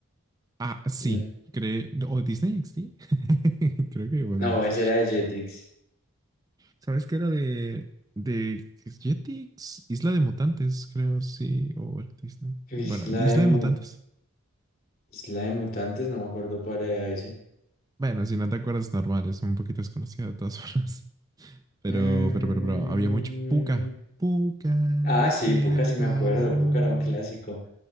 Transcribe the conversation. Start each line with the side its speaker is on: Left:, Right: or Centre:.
Right: Ah, sí,
Left: N-
Right: creo, o Disney XD, <laughs> creo que podemos.
Left: No, ese era de Jetix.
Right: ¿Sabes qué era de, de Jetix? Isla de Mutantes, creo, sí, o era Disney. Bueno,
Left: Isla
Right: Isla
Left: de
Right: de
Left: Mu-
Right: Mutantes.
Left: Isla de Mutantes, no me acuerdo cuál era ese.
Right: Bueno, si no te acuerdas, normal, es un poquito desconocida de todas <laughs> formas. Pero,
Left: Mm,
Right: pero, pero, pero, había mucho. Puka, Puka,
Left: Ah, sí,
Right: Kiragaro.
Left: Pucca sí me acuerdo. Pucca era un clásico.